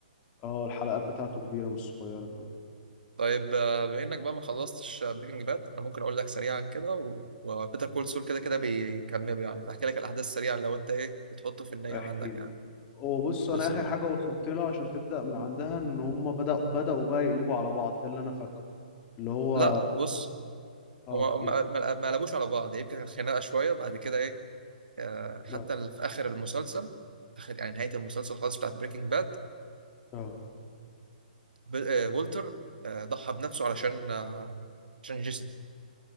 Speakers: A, on the left; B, on the right.
A: اه الحلقات بتاعته كبيرة مش صغيرة كمان
B: طيب آه، بما انك بقى ما خلصتش بريكنج باد انا ممكن اقول لك سريعا كده و- وبيتر كول سول كده كده بيكملوا يعني فاحكي لك الاحداث سريعا لو انت ايه بتحطه في النيه
A: احكي
B: عندك
A: لي
B: يعني
A: وبص انا
B: بص
A: اخر
B: يا باشا
A: حاجه وصلت لها عشان تبدا من عندها ان هم بدأ بدأوا بقى يقلبوا على بعض ده اللي انا فاكره اللي هو
B: لا بص
A: اه
B: هو ما
A: قول
B: ما- ما قلبوش على بعض يمكن كانت خناقه شويه بعد كده ايه آه، حتى
A: اه
B: في اخر المسلسل اخر يعني نهايه المسلسل خالص بتاعت بريكنج باد
A: اه
B: ب- آه، والتر آه، ضحى بنفسه علشان آه، عشان جيسي